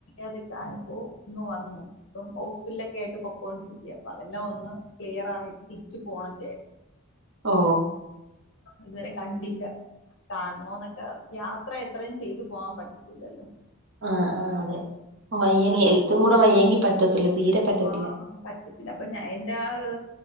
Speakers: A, on the left; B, on the right.
A: അതൊക്കപ്പോ ഇങ് വന്നു അപ്പം ഹോസ്പിറ്റലിലൊക്കെ ആയിട്ട് പൊക്കോണ്ടി അപ്പൊ അതല്ലാം ഒന്ന് ക്ലിയർ ആയിട്ട് തിരിച്ചു പോകണം ചേേ
B: ഓ
A: ഇതുവരെ കണ്ടില്ല കാണണോ എന്നൊക്കെ അത്ര എത്രയും ചെയ്തു പോകാൻ പറ്റത്തില്ലല്ലോ
B: ആഹ ആ് അതെ വയ്യങ്കി
A: ദൂരമല്ല
B: എലുത്തും കൂടെ വയ്യങ്കി പറ്റത്തില്ല തധീരെപട്ടതില്ല
A: ആഹ് പറ്റത്തില്ല അപ്പൊ ഞാൻന്റെറെ്